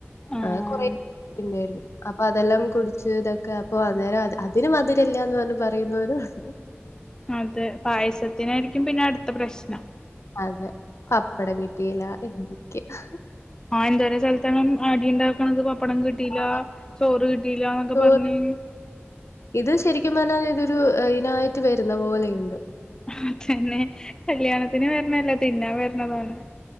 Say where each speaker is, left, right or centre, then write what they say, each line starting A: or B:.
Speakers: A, on the left; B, on the left.
A: ആഹ്
B: ആ കൊറെ ഇണ്ടായിരുന്നു അപ്പൊ അതെല്ലാം കുടിച്ച് ഇതൊക്കെ അപ്പൊ അന്നേരം അത് അതിന് മധുരില്ല്യാന്ന് പറഞ്ഞ് പറയുന്നോരും ഒണ്ട്
A: അതെ പായസത്തിനായിരിക്കും പിന്നെ അടു ത്ത പ്രശ്നം
B: അതെ പപ്പടം കിട്ടീലാ എന്തൊക്കെയാ
A: ആ എന്തോരം സല്ത്താണ് ഉം അടി ഇണ്ടാക്കണത് പ പ്പടം കിട്ടീല്ല
B: ആ.
A: ചോറ് കിട്ടീല്ലാക്കെ
B: ചോറ്
A: പറഞ്ഞ്
B: ഇത് ശരിക്കും പറഞ്ഞാല് ഇതൊരു അയിനായിട്ട് വരുന്ന പോലെയ്ണ്ട്
A: അതെന്നെ കല്യാണത്തിന് വര്ണല്ലേ തിന്നാൻ വര്ണതാണ്